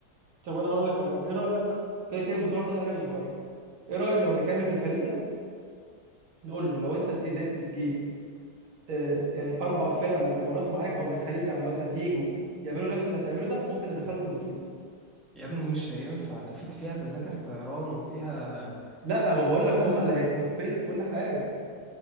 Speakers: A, on the right (about 80°); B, in the centre.
A: طب انا هقول لك على حاجه ايه رايك كده كده البطوله فاضل عليها اسبوعين ايه رايك لو نكلم الفريق ده نقول له لو انت قدرت تجيب آه، يعني اربع فرق من الامارات معاك او من الخليج عامه يجوا يعملوا نفس اللي هتعمله ده ممكن ندخلكم البطوله
B: يا ابني مش هينفع ده في فيها تذاكر طيران وفيها
A: لا ما بقول
B: وفيها
A: لك هم اللي هيتكفلوا بكل حاجه